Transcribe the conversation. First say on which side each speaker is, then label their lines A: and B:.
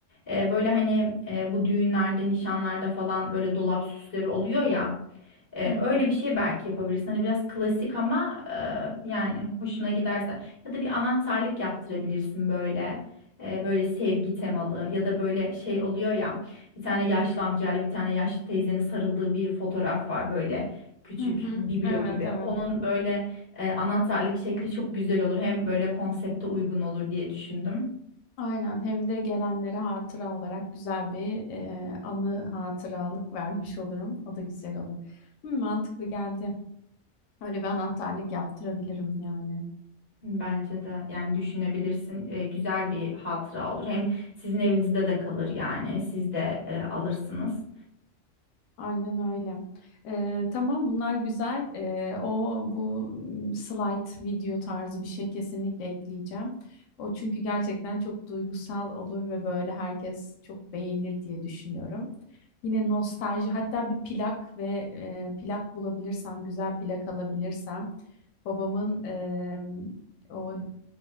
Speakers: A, on the left; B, on the left.
A: E, böyle hani e, bu düğünlerde, nişanlarda falan böyle dolap süsleri oluyor ya. Ee,
B: Hı
A: öyle
B: hı.
A: bir şey belki yapabilirsin. Hani biraz klasik ama e, yani hoşuna giderse. Ya da bir anahtarlık yaptırabilirsin böyle. Ee, böyle sevgi temalı ya da böyle şey oluyor ya. Bir tane yaşlı amcayla bir tane yaşlı teyzenin sarıldığı bir fotoğraf var böyle. Küçük
B: Hı hı.
A: biblo
B: Evet,
A: gibi.
B: evet.
A: Onun böyle e, anahtarlık şekli çok güzel olur. Hem böyle konsepte uygun olur diye düşündüm.
B: Aynen hem de gelenlere hatıra olarak güzel bir e, anı hatıralık vermiş olurum. O da güzel olur. Hı, mantıklı geldi. Öyle bir anahtarlık yaptırabilirim yani.
A: Bence de yani düşünebilirsin. Ee, güzel bir hatıra olur. Hem sizin evinizde de kalır yani. Siz de e, alırsınız.
B: Aynen öyle. Ee, tamam bunlar güzel. Ee, o bu m, slide video tarzı bir şey kesinlikle ekleyeceğim. O çünkü gerçekten çok duygusal olur ve böyle herkes çok beğenir diye düşünüyorum. Yine nostalji hatta bir plak ve e, plak bulabilirsem güzel plak alabilirsem babamın e, o